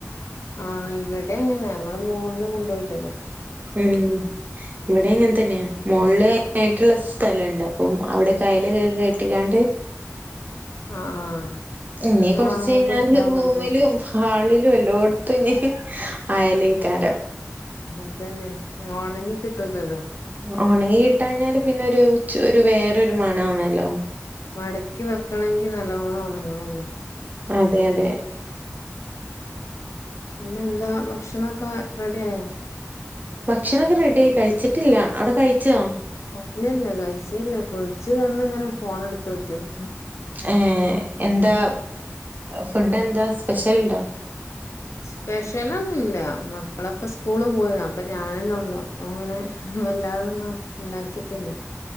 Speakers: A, on the left; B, on the right.
A: ആഹ് ഇവിടെ അങ്ങനെയാ ഞങ്ങള് മോളില് കൊണ്ടുപോയിടലാ
B: ഉം ഇവിടെ അങ്ങൻതന്നെയാ മോൾള്ള് ആതിനായിട്ടുള്ള സ്ഥലണ്ട് അപ്പം അവിടെക്കെ അയല് കേ കെ ട്ടിങ്ങാണ്ട്
A: ആഹ് ആഹ്
B: ഇഞ്
A: പിന്നെ
B: കൊറച്ചഴിഞാല്
A: ഒണങ്ങുമ്പോ എടുത്താ
B: റൂമിലും,
A: മതി ഉം
B: ഹാളിലും എല്ലോട്ത്തുഞ് അയലെക്കാരം
A: അതന്നെ ഒണങ്ങി കിട്ടൂലല്ലോ ഉം
B: ഒണങ്ങി കിട്ടാഞ്ഞാല് പിന്നൊരു ചു ഒരു വേറൊരു മണാണല്ലോ?
A: മടക്കി വെക്കണെങ്കില് നല്ലോണം ഒണങ്ങണല്ലോ
B: അതെ അതെ
A: പിന്നെന്താ ഭക്ഷണൊക്കെ റെഡി ആയോ?
B: ഭക്ഷണൊക്കെ റെഡി ആയി കഴിച്ചിട്ടില്ല അവിടെ കഴിച്ചോ?
A: ഇല്ലല്ല കഴിച്ചില്ല കുൾച്ച് വന്ന്ങ്ങെനെ ഫോണ് ട്ത്ത് നോകിയെതാ
B: ഏഹ് എന്താ ഫുഡെന്താ സ്പെഷ്യല്ണ്ടോ?
A: സ്പെഷ്യലൊന്നുല്ല മക്കളൊക്കെ സ്കൂള് പോയിണ് അപ്പോ ഞാനന്നൊള്ളൂ അപ്പങ്ങനെ വല്ലാതൊന്നും ഇണ്ടാക്കിട്ടില്ല